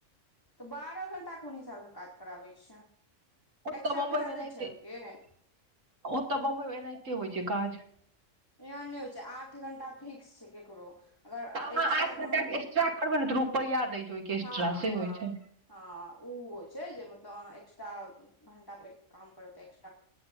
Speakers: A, on the left; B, on the right.
A: तऽ बारह घंटा कोन हिसाब से काज कराबै छै। <unintelligible>
B: ओतऽ
A: एक्स्ट्रा
B: बम्बई
A: पैसा
B: मे एनाहिते
A: दै छै ओहिके
B: <unintelligible> ओतऽ बम्बई मे एनाहिते होइ छै काज।
A: यहाँ नहि होइ छै आठ घं्टा फिक्स छै ककरो। <unintelligible> अगर
B: तऽ अहाँ
A: एक््रा
B: आठ
A: <unintelligible>
B: घंटा के एक्स्ट्रा करबै ने तऽ रुपैआ दै छै ओहिके एक्स्ट्रा
A: हँ-
B: से
A: ह-
B: होइ छै
A: ह- ओ होइ छै जे। त एक्स्ट्रा -घंटा प काम करत एकस्ट्र।